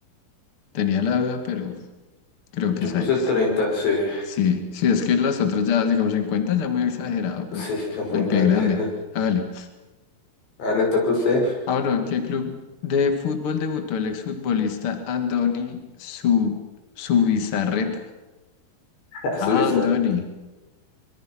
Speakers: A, on the left; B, on the left.
A: Tenía la duda, pero creo
B: Yo
A: que esa
B: puse
A: es.
B: treinta sí.
A: Sí, sí, es que las otras ya, digamos, en cuenta ya muy exagerado, pero
B: Sí, sí, es muy
A: el
B: grande.
A: pie grande.
B: <laughs>
A: Hágale.
B: Ah, le toca a usted.
A: Ah, bueno, ¿en qué club de fútbol debutó el exfutbolista Andoni Su Subizarreta?
B: <laughs> A
A: Ah,
B: su bizarro.
A: Andoni.